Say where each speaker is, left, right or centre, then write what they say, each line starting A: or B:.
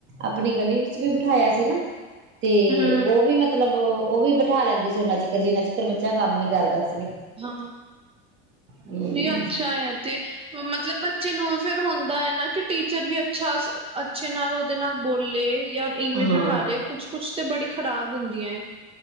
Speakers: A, on the right; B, on the right.
A: ਆਪਣੀ ਗਲੀ ਵਿੱਚ ਵੀ ਬਿਠਾਇਆ ਸੀ ਨਾ? ਤੇ
B: ਹੂੰ,
A: ਉਹ ਵੀ ਮਤਲਬ। ਉਹ ਵੀ ਬਿਠਾ ਲੈਂਦੀ ਸੀ ਉਹਨਾ ਚਿਕਰ ਜਿਨਾ ਚਿਕਰ ਬੱਚਾ ਕੰਮ ਨੀ? ਕਰਦਾ ਸੀ?
B: ਹਾਂ
A: ਹੂੰ
B: ਨਹੀਂ ਅੱਛਾ ਇਹ ਤੇ। ਮਤਲਬ ਬੱਚੇ ਨੂੰ ਫੇਰ ਹੁੰਦਾ ਹੈ ਨਾ ਕਿ ਟੀਚਰ ਵੀ ਅੱਛਾ ਅੱਛੇ ਨਾਲ ਉਹਦੇ ਨਾਲ ਬੋਲੇ। ਜਾਂ ਈ ਮੇਲ
A: ਹਾਂ
B: ਬਿਠਾ ਲੇ ਕੁਛ ਕੁਛ। ਨਹੀਂ ਤੇ ਬੜੀ ਖਰਾਬ ਹੁੰਦੀਆਂ ਏ।